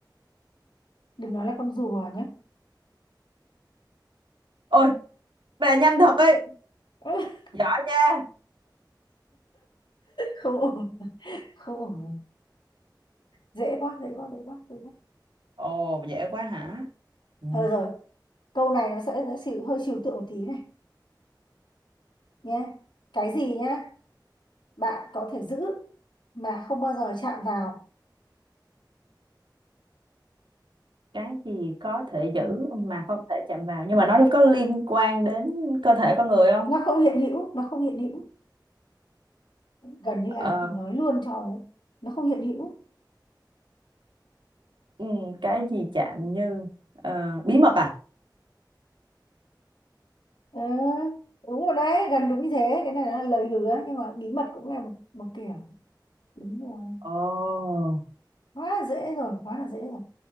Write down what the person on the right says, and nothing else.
Ôi, bà nhanh thật ấy.
Giỏi nha.
Ồ, dễ quá hả? Ừ,
cái gì có thể
giữ mà không thể chạm vào nhưng mà nó có liên quan đến cơ thể con người không?
Ờ,
ừ, cái gì chạm như ờ, bí mật à?
Ồ,